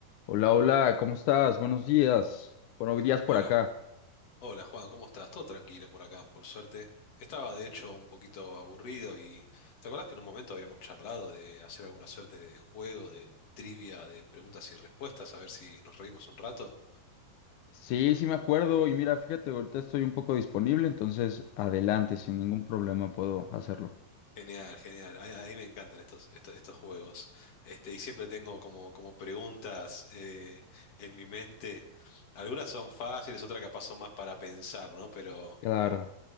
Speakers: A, on the left (about 75°); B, on the left (about 45°).
A: Hola, hola, ¿cómo estás? Buenos días. buenos días por
B: Hola,
A: acá.
B: hola Juan, ¿cómo estás? Todo tranquilo por acá, por suerte. Estaba de hecho un poquito aburrido y ¿te acordás que en un momento habíamos charlado de hacer alguna suerte de juego, de trivia, de preguntas y respuestas, a ver si nos reímos un rato?
A: Sí, sí me acuerdo y mira, fíjate, ahorita estoy un poco disponible, entonces adelante, sin ningún problema puedo hacerlo.
B: Genial, genial. A, a mí me encantan estos, estos, estos juegos. Este, y siempre tengo como, como preguntas eh, en mi mente. Algunas son fáciles, otras capaz son más para pensar, ¿no? Pero,
A: Claro.